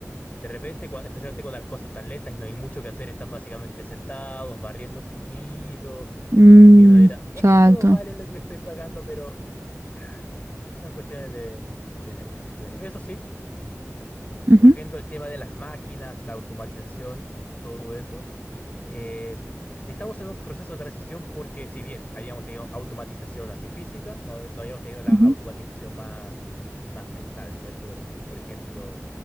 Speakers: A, on the left; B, on the right.
A: de repente, cuan- especialmente cuando las cosas están lentas y no hay mucho que hacer, están básicamente sentados, barriendo un poquito,
B: Mm,
A: y uno dirá, estos
B: exacto.
A: tipos valen lo que les estoy pagando, pero ah, son cuestiones de, de negocio. Pero eso sí.
B: Ujú,
A: Volviendo al tema de las máquinas, la automatización y todo eso, eh, estamos en un proceso de transición porque si bien habíamos tenido automatización así física, no, no habíamos tenido la
B: ujú.
A: automatización más, más mental, ¿cierto? El- por ejemplo,